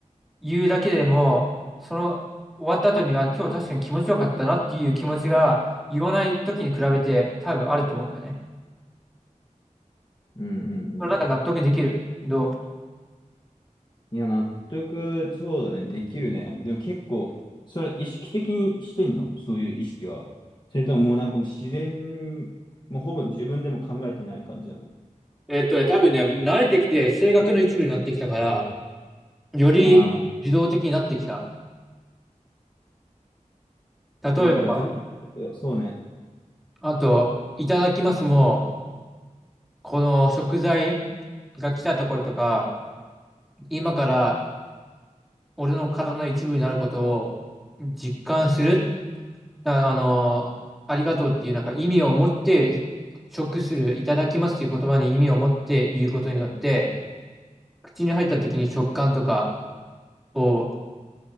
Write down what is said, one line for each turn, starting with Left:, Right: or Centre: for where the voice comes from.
Centre: 言うだけでも、その終わった後に、あ、今日確かに気持ちよかったなっていう気持ちが言わない時に比べて多分あると思うんだよね。
Left: うん、うん、うんうん。
Centre: それなんか納得できる。どう
Left: いや、納得、そうだね、できるね。でも結構、それ意識的にしてんのそういう意識は。それとももうなんかもう自然、もうほぼ自分でも考えてない感じなの
Centre: えっとね、多分ね、慣れてきて性格の一部になってきたから、より自動的になってきた。
Left: ああ、
Centre: 例えば、
Left: なんか自分のこと、そうね。
Centre: あと、いただきますも、この食材が来たところとか、今から俺の体の一部になることを実感するなあの、ありがとうっていうなんか意味を持って、食する、いただきますっていう言葉に意味を持って言うことによって、口に入った時に食感とかを、